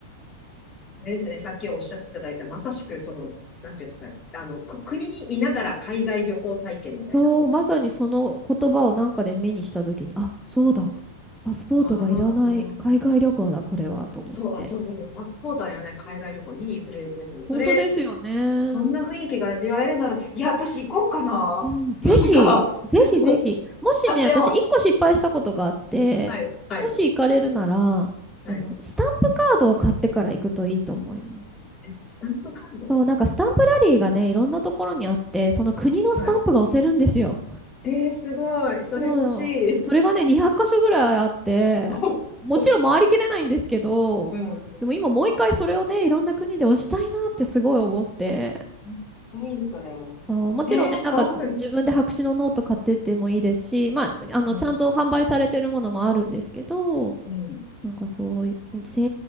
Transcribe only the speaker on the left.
ですね、さっきおっしゃっていただいた、まさしく、その、なんていうんですか、あの、く国にいながら海外旅行体験みたいな。
ああ、
そう、あ、そうそうそう、パスポートはやらない海外旅行、いいフレーズですね。それ、
そんな雰囲気が味わえるなら、いや、私行こうかな。
なんか
<laughs>
あ、でも、
はい、はい、
はい。
え、スタンプカード
はい。えー、すごい。それ欲しい。
<laughs>
うん。
めっちゃいい、それ。
えー、
そう。
うん、
うん。